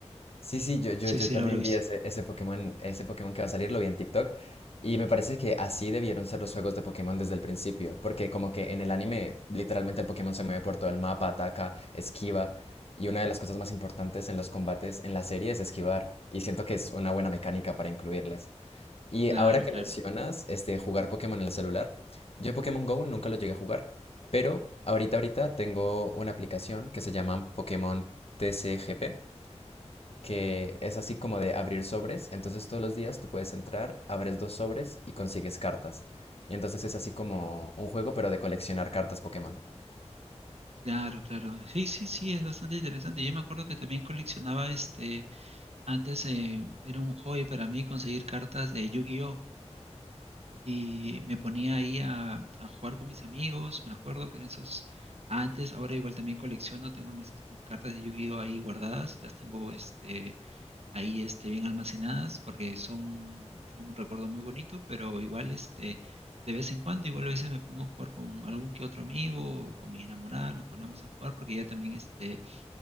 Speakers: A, on the left; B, on the right.
A: Sí, sí, yo, yo,
B: Sí,
A: yo
B: sí,
A: también
B: lo habrá visto.
A: vi ese, ese Pokémon, ese Pokémon que va a salir, lo vi en TikTok, y me parece que así debieron ser los juegos de Pokémon desde el principio, porque como que en el anime literalmente el Pokémon se mueve por todo el mapa, ataca, esquiva, y una de las cosas más importantes en los combates en la serie es esquivar, y siento que es una buena mecánica para incluirles. Y
B: Claro,
A: ahora que
B: claro.
A: mencionas, este, jugar Pokémon en el celular, yo Pokémon Go nunca lo llegué a jugar, pero ahorita, ahorita tengo una aplicación que se llama Pokémon TCGP que es así como de abrir sobres. Entonces todos los días tú puedes entrar, abres dos sobres y consigues cartas. Y entonces es así como un juego, pero de coleccionar cartas Pokémon.
B: Claro, claro. Sí, sí, sí, es bastante interesante. Yo me acuerdo que también coleccionaba este Antes eh, era un hobby para mí conseguir cartas de Yu-Gi-Oh! Y me ponía ahí a, a jugar con mis amigos. Me acuerdo que en esos antes, ahora igual también colecciono, tengo mis, mis cartas de Yu-Gi-Oh! ahí guardadas, las tengo este, ahí este, bien almacenadas porque son, son un recuerdo muy bonito, pero igual este, de vez en cuando, igual a veces me pongo a jugar con algún que otro amigo o con mi enamorada, nos ponemos a jugar porque ya también este